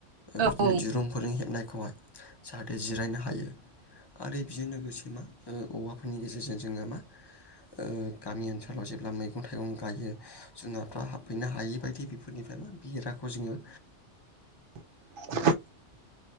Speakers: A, on the right; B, on the left.
A: औ
B: बिदिनो
A: औ
B: दिरुंफोरजों हेबनायखौहाय जाहाथे जिरायनो हायो। आरो बेजों लोगोसे मा औवाफोरनि गेजेरजों जोङो मा ओ गामि ओनसोलाव जेब्ला मैगं थाइगं गायो जुनारफ्रा हाबफैनो हायि बायदि बेफोरनिफ्राय मा होनो बिराखौ जोङो
A: <inaudible>